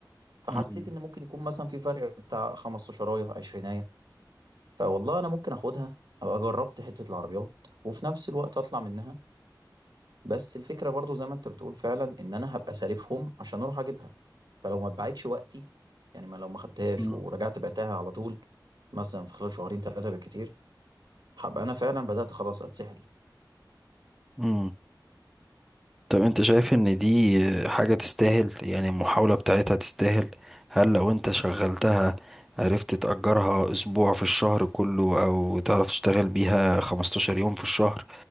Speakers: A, on the right; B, in the centre.
A: فحسيت
B: مم.
A: ان ممكن يكون مثلا في فرق بتاع 15 20 فوالله انا ممكن اخدها ابقى جربت حتة العربيات وفي نفس الوقت اطلع منها بس الفكرة برضو زي ما انت بتقول فعلا ان انا هبقى سالفهم عشان اروح اجيبها فلو ما اتباعتش وقتي يعني ما لو ما خدتهاش
B: مم.
A: ورجعت بعتها على طول مثلا في خلال شهرين ثلاثة بالكتير هبقى انا فعلا بدأت خلاص اتسحل
B: مم. مم. طب انت شايف ان دي حاجة تستاهل يعني المحاولة بتاعتها تستاهل هل لو انت شغلتها عرفت تأجرها اسبوع في الشهر كله او تعرف تشتغل بيها 15 يوم في الشهر